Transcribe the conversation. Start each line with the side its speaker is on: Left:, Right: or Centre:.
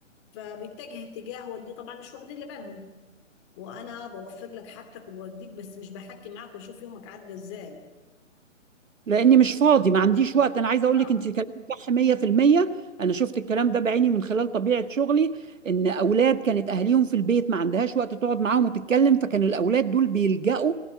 Left: فبيتجه اتجاه والدي طبعا مش واخدين اللي بالهم وانا بوفر لك حاجتك وبوديك بس مش بحكي معاك واشوف يومك عدى ازاي
Right: لاني مش فاضي ما عنديش وقت انا عايزه اقول
Left: اه
Right: لك انت كلامك صح 100% انا شفت الكلام ده بعيني من خلال طبيعه شغلي ان اولاد كانت اهاليهم في البيت ما عندهاش وقت تقعد معاهم وتتكلم فكانوا الاولاد دول بيلجأوا